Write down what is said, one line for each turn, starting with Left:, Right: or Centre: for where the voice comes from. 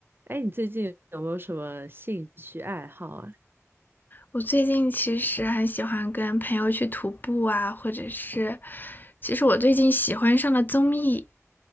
Right: 哎，你最近有没有什么兴趣爱好啊？
Left: 我最近其实很喜欢跟朋友去徒步啊，或者是，其实我最近喜欢上了综艺。